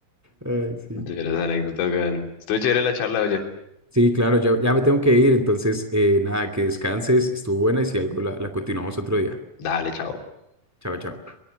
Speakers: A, on the right (about 25°); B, on the left (about 85°).
A: Ay, sí.
B: De las anécdotas, vean. Estuvo chévere la charla, oye.
A: Sí, claro, ya, ya me tengo que ir. Entonces, eh, nada, que descanses. Estuvo buena y si algo la, la continuamos otro día.
B: Dale, chao.
A: Chao, chao.